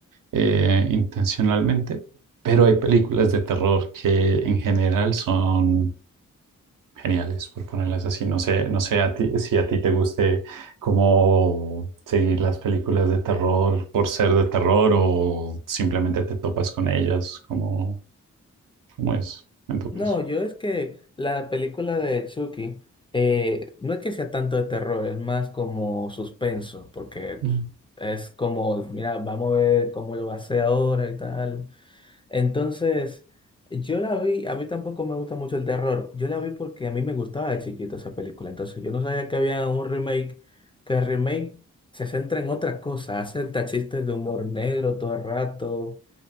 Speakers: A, on the right; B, on the left.
A: eh, intencionalmente. Pero hay películas de terror que en general son. Geniales, por ponerlas así. No sé, no sé a ti, si a ti te guste cómo seguir las películas de terror por ser de terror o simplemente te topas con ellas, como, cómo es en tu
B: No,
A: caso.
B: yo es que la película de Chucky eh, no es que sea tanto de terror, es más como suspenso, porque
A: Mm.
B: es como, mira, vamos a ver cómo lo va a hacer ahora y tal. Entonces, yo la vi, a mí tampoco me gusta mucho el terror, yo la vi porque a mí me gustaba de chiquito esa película, entonces yo no sabía que había un remake, que el remake se centra en otra cosa, hace hasta chistes de humor negro todo el rato